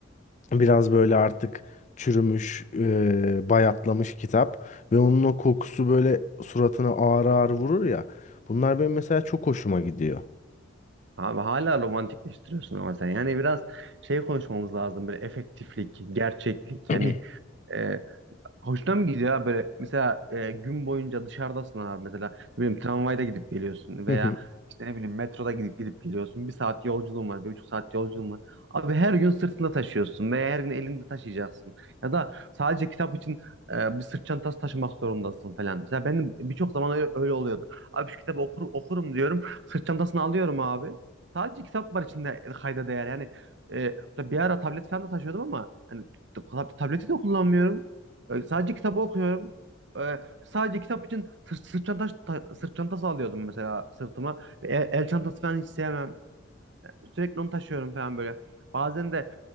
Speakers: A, on the left (about 35°); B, on the right (about 60°).
A: Biraz böyle artık çürümüş, e, bayatlamış kitap ve onun o kokusu böyle suratına ağır ağır vurur ya. Bunlar benim mesela çok hoşuma gidiyor.
B: Abi hala romantikleştiriyorsun ama sen. Yani biraz şey konuşmamız lazım. Böyle efektiflik, gerçeklik.
A: <clears throat>
B: Yani e, Hoşuna mı gidiyor abi böyle mesela e, gün boyunca dışarıdasın abi mesela ne bileyim tramvayda gidip geliyorsun veya
A: Hı hı.
B: işte ne bileyim metroda gidip gidip geliyorsun bir saat yolculuğun var bir buçuk saat yolculuğun var abi her gün sırtında taşıyorsun veya her gün elinde taşıyacaksın ya da sadece kitap için e, bir sırt çantası taşımak zorundasın falan mesela benim birçok zaman öyle, öyle oluyordu abi şu kitabı okur, okurum diyorum sırt çantasını alıyorum abi sadece kitap var içinde e, kayda değer yani e, bir ara tablet falan da taşıyordum ama yani tab- tableti de kullanmıyorum ee, sadece kitabı okuyorum. Ee, sadece kitap için sırt, sırt çantası, ta- sırt çantası alıyordum mesela sırtıma. Ve El, el çantası falan hiç sevmem. Sürekli onu taşıyorum falan böyle. Bazen de